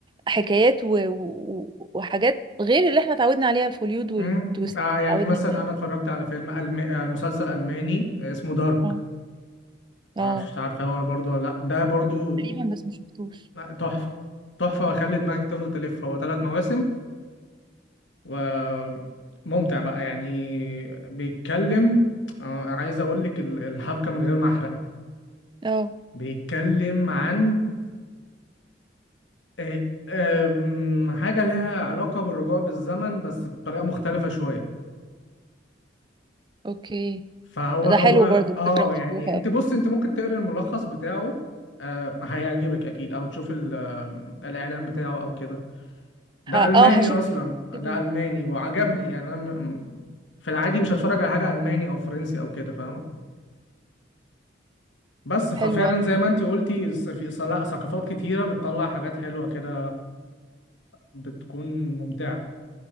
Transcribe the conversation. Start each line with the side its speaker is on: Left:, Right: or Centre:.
Right: حكايات و... و... وحاجات غير اللي احنا اتعودنا عليها في هوليود والتويست
Left: أم. آه
Right: اللي
Left: يعني
Right: اتعودنا
Left: مثلا
Right: عليها
Left: انا اتفرجت على فيلم ألم... آه، مسلسل الماني آه، اسمه دارك
Right: اه
Left: معرفش
Right: اه
Left: انت عارفه هو برضو ولا لا ده برضو
Right: تقريبا بس ما شفتوش
Left: لا، تحفه تحفه وهيخلي دماغك تفضل تلف هو ثلاث مواسم وممتع بقى يعني بيتكلم آه، عايز اقول لك ال- الحبكه من غير ما احرق
Right: اه
Left: بيتكلم عن آه، آم، حاجه لها علاقه بالرجوع بالزمن بس بطريقه مختلفه شويه
Right: اوكي
Left: فهو
Right: ده
Left: هو
Right: حلو برضو
Left: اه
Right: فكرة مشوقة
Left: يعني انت بص انت ممكن تقرا الملخص بتاعه آه، هيعجبك اكيد او تشوف ال- آه، الاعلان بتاعه او كده ده
Right: ه... اه
Left: الماني
Right: هشوف
Left: اصلا ده
Right: كده
Left: الماني وعجبني يعني انا م- م- في العادي مش هتفرج على حاجه الماني او فرنسي او كده فاهمه بس ففعلا
Right: حلوة
Left: زي ما انتي قلتي الس- في س- لا ثقافات كتيره بتطلع حاجات حلوه كده بتكون ممتعه